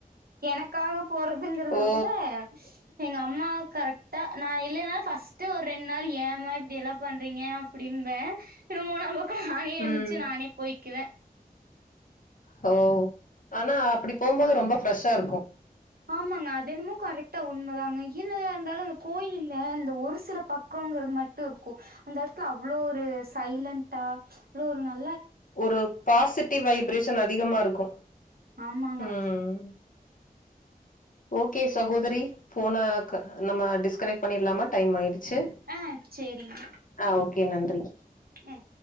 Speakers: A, on the right; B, on the left.
A: எனக்காகப் போறதுங்குறத
B: ஓ
A: விட எங்க அம்மா கரெக்டா நா இல்லன்னா ஃப்ஸ்ட்டு ஒரு ரெண்டு நாள் ஏமா இப்டி எல்லா பண்றீங்க அப்டி ம்பே என்னமோ நாங்கொ நானே எனுச்சு
B: ம்
A: நானே போய்க்குவே
B: ஹோ ஆனா அப்டி போம்போது ரொம்ப ஃப் ரஷ்ஷா இருக்கோ
A: ஆமாங்க அதென்னமோ கரெக்டா உண்மதாங்க என்னத்த இருந்தாலு அந்த கோயில்ல இந்த ஒரு சில பக்கோகுறது மட்டு இருக்கு அந்த எடத்துல அவ்ளோ ஒரு சைலண்டா அவ்ளோ ஒரு ந
B: ஒரு பாசிட்டிவ் வைப்ரே ஷன் அதிகமா இருக்கு
A: ஆமாங்க
B: உஹ்ம் ஓகே சகோதரி ஃபோன க நம்ம டிஸ்கனெக்ட் பண்ணிடலாமா டைம் ஆயிடு சு
A: ஆ சேரிங்க
B: ஆஹ் ஓகே நன்றி
A: ம்